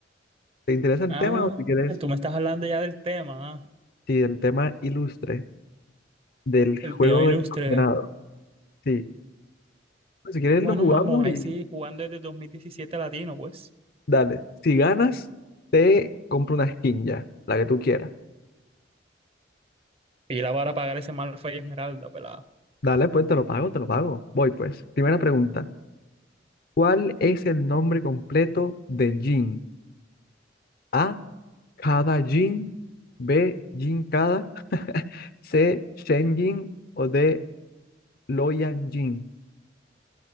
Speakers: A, on the left; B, on the right.
A: ¿Te interesa el
B: Ah,
A: tema o si quieres,
B: tú me estás hablando ya del tema, ah,
A: sí, el tema ilustre del
B: El
A: juego
B: tema ilustre.
A: del condenado? Sí. Pues, si quieres
B: Bueno,
A: lo jugamos
B: vamos a
A: y
B: ver si jugando desde 2017 latino, pues.
A: dale. Si ganas, te compro una skin ya, la que tú quieras.
B: Pila para pagar ese mal y esmeralda, pelada.
A: Dale, pues te lo pago, te lo pago. Voy pues. Primera pregunta. ¿Cuál es el nombre completo de Jin? A. Cada Jin, B. Jin Kada, <laughs> C. Shen Jin o D. Loyan Jin.